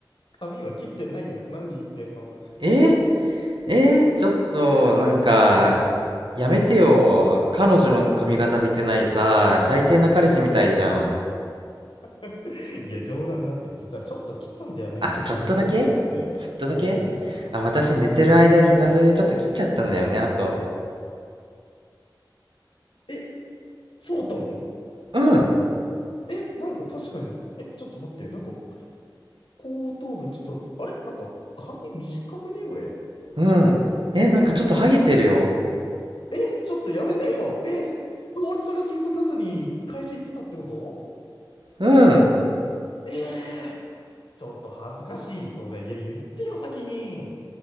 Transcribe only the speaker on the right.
えー、えー、ちょっと、なんか、やめてよ。彼女の髪型見てないさ、最低な彼氏みたいじゃん。
あ、
ちょっとだけちょっとだけ
あ、私寝てる間にいたずらでちょっと切っちゃったんだよね、あと。
うん、
うん。え、なんかちょっとハゲてるよ。
うん。